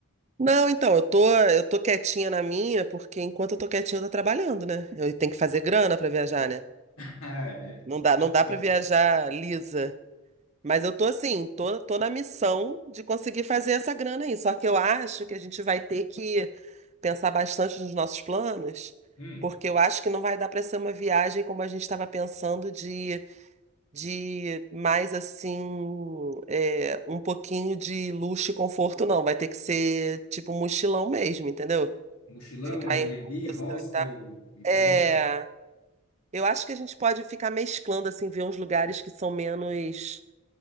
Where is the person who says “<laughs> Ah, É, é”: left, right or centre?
Left